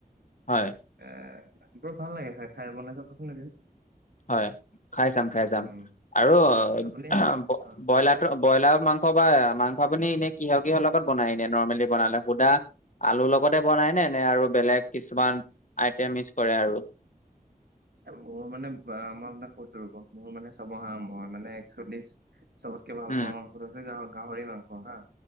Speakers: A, on the left; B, on the right.
A: হয়।
B: এ, ৰাতিপা <unintelligible> ভাল লাগে খাই খাই বনাই চাবচোন এদিন।
A: হয় খাই চাম খাই চাম
B: উম।
A: আৰু <unintelligible>
B: আপুনি
A: ব
B: অ
A: ব্ৰইলাত ত' ব্ৰইলাৰ মাংস বা মাংস আপুনি এনে কিহ কিহৰ লগত বনাই এনে নৰ্মেলি বনালে সুদা আলুৰ লগতে বনাই নে, নে আৰু বেলেগ কিছুমান আইটেম ইচ কৰে আৰু?
B: এ, মোৰ মানে <unintelligible> মই আপোনাক কছো ৰ'ব মোৰ মানে চাব হা মই মানে একচল্লিশ চবতকে ভাল
A: উম
B: পোৱা মাংসটো হৈছে গাহ গাহৰি মাংস হা।